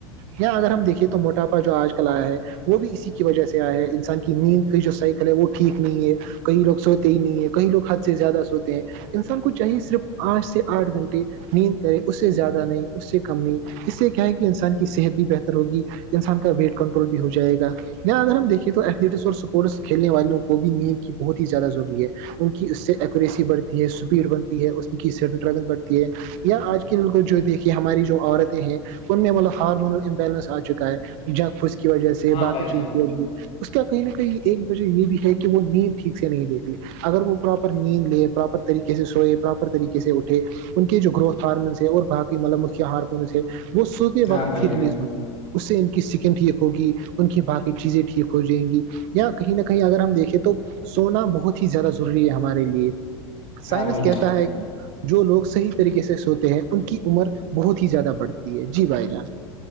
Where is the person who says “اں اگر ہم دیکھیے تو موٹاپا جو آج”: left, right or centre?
Right